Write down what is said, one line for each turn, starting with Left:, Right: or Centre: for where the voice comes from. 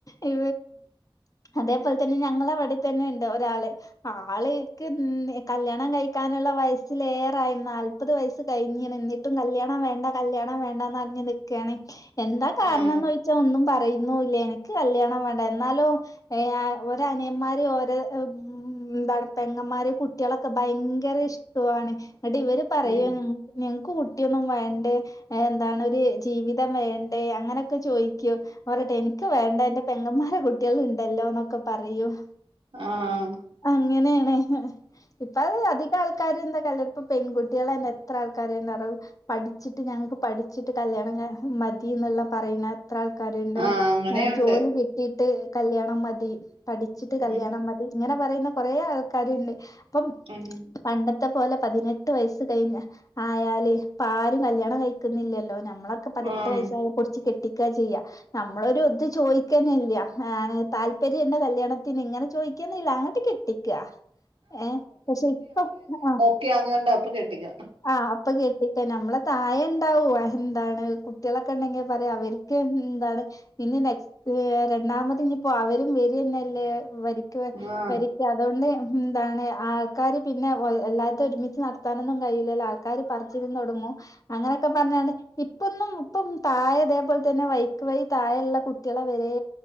Left: ഇ അതേപോലെ തന്നെ ഞങ്ങള അവിടെ തന്നെ ഇണ്ട് ഒരാള് ആള്ക്ക് കല്യാണം കഴിക്കാനുള്ള വയസ്സിലേറെയിരുന്നാല് മുപ്പത് വയസ്സ് കഴിഞ്ഞാണ് എന്നിട്ടും കല്യാണം വേ കല്യാണം വേണ്ടാന്ന് അറഞ്ഞ് നിക്കാണ് എന്താ കാരണംന്ന്
Right: ആഹ്
Left: ച്ച ഒന്നും പറയുന്നുല്ല എനിക്ക് കല്യാണം വേണ്ട എന്നാലോ ഏഹ് ഓര് അനിയന്മാര് ഓരോ ഉം <unintelligible> പെങ്ങമാര് കുട്ടികളൊക്കെ ഭയങ്കര ഇഷ്ടാണ് എന്നിട്ട് ഇവര് പറയോ
Right: ഉം
Left: ഞങ്ങക്ക് കുട്ടിയൊന്നും വേണ്ടേ എന്താണ് ഒരു ജീവിതം വേണ്ടേ അങ്ങനെയൊക്കെ ചോയ്ക്കോ വറട്ടെ എനിക്ക് വേണ്ട എന്റെ പെങ്ങമാരെ കുട്ടികള് ഇണ്ടല്ലോന്നൊക്കെ പറയൂം
Right: ആഹ്
Left: അങ്ങനെയാണ് ഇപ്പ അത് അധി ആൾക്കാർ എന്താ കല്ല ഇപ്പ പെൺകുട്ടികൾെ എത്ര ആൾക്കാ ഉണ്ടും പഠ ഠിച്ചിട്ട് ഞങ്ങൾക്ക് പഠിച്ചിട്ട് കല്യാണം മതി എന്നെല്ലാം പറയുന്ന ത്ര ആൾക്കാരുണ്ട്
Right: ആഹ് അങ്ങനെയുണ്ട്
Left: ജോലി കിട്ടിയിട്ട് കല്യാണം മതി പഠിച്ചിട്ട്
Right: ഉം
Left: കല്യാണം മതി ഇങ്ങനെ പറയുന്ന കൊറെ ആൾക്കാരുണ്ട് അപ്പം
Right: എഹെ
Left: പണ്ടത്തെ പോലെ പതിനെട്ട് വയസ് കഴിഞ്ഞ ആയല് ഇപാരും കല്യാണം കഴിക്കുന്നില്ലല്ലോ. നമ്മളൊക്കെ പതിനെട്ട്
Right: ആഹ്
Left: വയസ്സ പൂടിച്ച് കെട്ടിക്കാ ചെയ്യാ നമ്മളൊ രു ഇത് ചോയി ക്കന്നെല്ല താല്പര്യം ണ്ടോ കല്യാണത്തിന് ഇങ്ങനെ ചോദിക്കന്നല്ല അങ്ങോട്ട് കെട്ടി കെട്ടിക്ക ഏഹ് പക്ഷെ ഇപ്പം ആഹ്
Right: കുട്ട്യേന്ന് കണ്ട അപ്പൊ കെട്ടിക്കുക
Left: ആഹ് അപ്പൊ കേെട്ടിക്ക നമ്മളെ താഴെണ്ടാവു എന്താണ് കുട്ടികളൊക്കെ ഉണ്ടെങ്കിൽ പറയാ അവർ ക്ക് എന്തണ് ഇന്ന നെക്സ്റ്റ് രണ്ടാമത് ഇനിപ്പോ അവരും വേരന്നെല്ലേ വരിക്
Right: ആഹ്
Left: വരിക് അതുകൊണ്ട് എന്താണ് ആൾക്കാര് പിന്നെ എല്ലാത്തും ഒരുമിച്ച് നടത്താനൊന്നും കയൂല്ലോ ല്ലേ ആൾക്കാര് പറിച്ചിലും തുടങ്ങും അങ്ങനെയൊക്കെ പറഞ്ഞണ്ട് ഇപ്പൊന്നും ഇപ്പം താഴെ അതേപോലെ തന്നെ വൈക്ക് വൈ താഴ ഉള്ള കുട്ട ട്ട്യേളെ വരെ